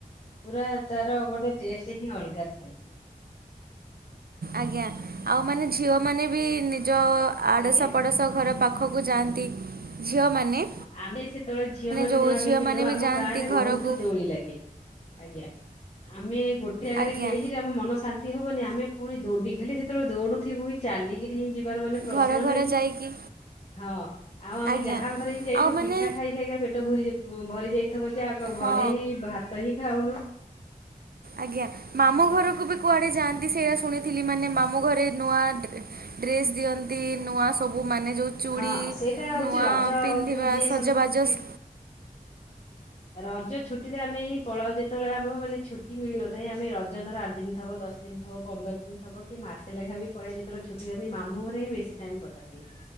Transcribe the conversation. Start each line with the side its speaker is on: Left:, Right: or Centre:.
Left: ପୁରା ତାର ଗୋଟେ ଟେଷ୍ଟ ହିଁ ଅଲଗା ଥାଏ।
Right: ଆଜ୍ଞା ଆଉ ମାନେ ଝିଅମାନେ ବି ନିଜ ଆଡ଼ଶ
Left: ଆଜ୍ଞା
Right: ପଡ଼ଶ ଘର ପାଖ ଖକୁ ଯାଆନ୍ତି। ଝିଅମାନେ
Left: ଆମେ ସେତେବେଳେ ଝିଅ ମାନେ
Right: ଯୋଉ
Left: ଯେବେଳେ ଆମେ
Right: ଝିଅମାନେ
Left: ଥିଲୁ ଆମ
Right: ବି ଯାଆନ୍ତି
Left: ଗାଁ ରେ ବହୁତ
Right: ଘରକୁ
Left: ଦୋଳି ଲାଗେ। ଆଜ୍ଞା ଆମେ ଗୋଟେ ଯାଗରେ
Right: ଆଜ୍ଞା
Left: ଖେଳିକି ଆଉ ଆମ ମନ ଶାନ୍ତି ହବନି ଆମେ ପୁଣି ଦୌଡି ଖାଲି ସେତେବେଳେ ଦୌଡୁଥିବୁ ହିଁ। ଚାଲିକିରି ହିଁ ଯିବାର ମାନେ ପ୍ରଶ୍ନ
Right: ଘର ଘର
Left: ନାହିଁ,
Right: ଯାଇକି
Left: ଆଉ ଆମେ
Right: ଆଜ୍ଞା
Left: ଯାହା ଘରେ ଯାଇଥିବୁ
Right: ଆଉ ମାନେ
Left: ପିଠା ଖାଇ ଖାଇକା ପେଟ ଭ ଭରି ଯାଇଥିବ ଯେ ଘରେ
Right: ହଁ
Left: ହିଁ ଭାତ ହିଁ ଖାଉନୁ।
Right: ଆଜ୍ଞା ମାମୁଁ ଘରକୁ ବି କୁଆଡ଼େ ଯାଆନ୍ତି ସେଇଟା ଶୁଣିଥିଲି ମାନେ ମାମୁଁ ଘରେ ନୂଆ ଡ୍ରେ ଡ୍ରେସ ଦିଅନ୍ତି, ନୂଆ ସବୁ ମାନେ ଯୋଉ ଚୁଡ଼ି,
Left: ହଁ ସେଇଟା ହଉଛି
Right: ନୂଆ
Left: ରଜ
Right: ପିନ୍ଧିବା
Left: କୁ ଯିଏ
Right: ସଜବାଜସ
Left: ସବୁ ଛୁଟି ରଜ ଛୁଟିରେ ଆମେ ହିଁ ପଳାଉ ଯେତେବେଳେ ଆମର ମାନେ ଛୁଟି ମିଳନଥାଏ ଆମେ ରଜ ଧର ଆଠ ଦିନ ଥବ ଦଶ ଦିନ ଥବ ପନ୍ଦର ଦିନ ଥବ କି ମାସେ ଲେଖା ବି ପଳାଇ ଯେତେବେଳେ ଛୁଟି ହଅନ୍ତି ମାମୁଁ ଘରେ ହିଁ ବେଶୀ ଟାଇମ ପଟନ୍ତି।